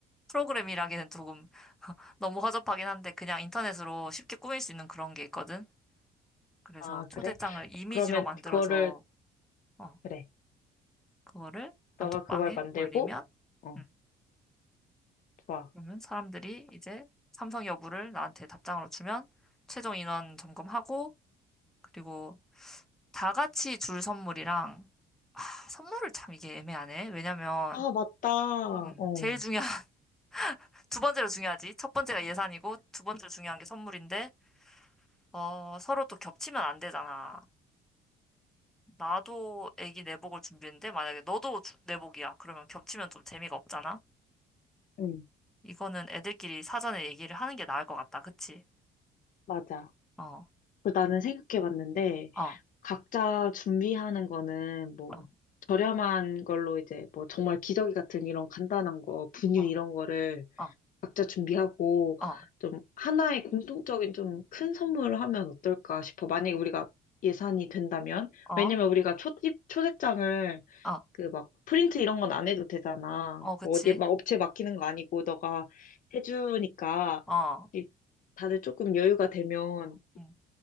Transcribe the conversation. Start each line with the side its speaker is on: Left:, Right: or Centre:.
Centre: 프로그램이라기는 조금 <laughs> 너무 허접하긴 한데 그냥 인터넷으로 쉽게 꾸밀 수 있는 그런 게 있거든. 그래서
Left: 아,
Centre: 초대장을
Left: 그래?
Centre: 이미지로
Left: 그러면
Centre: 만들어서
Left: 그거를,
Centre: 어,
Left: 그래.
Centre: 그거를 단톡방에
Left: 너가 그걸 만들고,
Centre: 올리면
Left: 어,
Centre: 음,
Left: 좋아.
Centre: 그러면 사람들이 이제 참석 여부를 나한테 답장으로 주면 최종 인원 점검하고 그리고 다 같이 줄 선물이랑 아, 선물을 참 이게 애매하네. 왜냐면
Left: 아, 맞다.
Centre: 음,
Left: 어,
Centre: 제일 중요한 <laughs> 두 번째로 중요하지. 첫 번째가 예산이고 두 번째로 중요한 게 선물인데 어, 서로 또 겹치면 안 되잖아. 나도 애기 내복을 준비했는데 만약에 너도 주- 내복이야. 그러면 겹치면 좀 재미가 없잖아.
Left: 응,
Centre: 이거는 애들끼리 사전에 얘기를 하는 게 나을 것 같다. 그치?
Left: 맞아.
Centre: 어,
Left: 그 나는 생각해봤는데,
Centre: 어,
Left: 각자 준비하는 거는 뭐,
Centre: 어,
Left: 저렴한 걸로 이제 뭐, 정말 기저귀 같은 이런 간단한 거, 분유
Centre: 어,
Left: 이런 거를
Centre: 어,
Left: 각자 준비하고,
Centre: 어,
Left: 좀 하나의 공통적인 좀 큰 선물을 하면 어떨까 싶어. 만약에 우리가 예산이 된다면?
Centre: 어,
Left: 왜냐면 우리가 초대, 초대장을
Centre: 어,
Left: 그 막 프린트 이런 건 안 해도 되잖아.
Centre: 어, 그치?
Left: 뭐 어디에 막 업체 맡기는 거 아니고 너가 해주니까
Centre: 어,
Left: 이- 다들 조금 여유가 되면
Centre: 음.